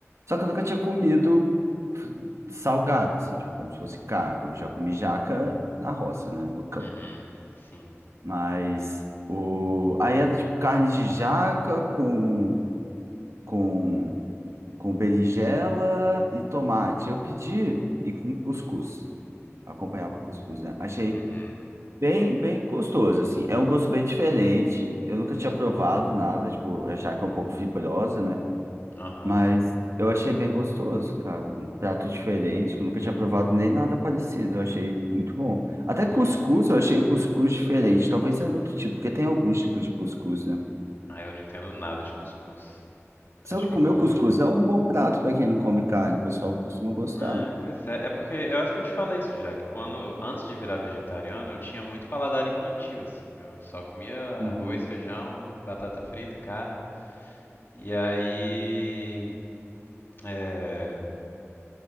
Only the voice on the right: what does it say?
Só que eu nunca tinha comido salgado, assim, tipo, como se fosse carne. Eu já comi jaca na roça, né? No campo.
Mas o... aí era tipo carne de jaca com, com, com berinjela e tomate. Eu pedi e com cuscuz. Acompanhava cuscuz, né? Achei
bem, bem gostoso, assim. É um gosto bem diferente. Eu nunca tinha provado nada, tipo, a jaca é um pouco fibrosa, né?
Mas eu achei bem gostoso, cara. Um prato diferente, que eu nunca tinha provado nem nada parecido. Eu achei muito bom. Até
cuscuz, eu achei o cuscuz diferente. Talvez era outro tipo, porque tem alguns tipos de cuscuz, né?
Só que
comer
o cuscuz é um bom prato para quem não come carne. O pessoal costuma gostar.
Uhum.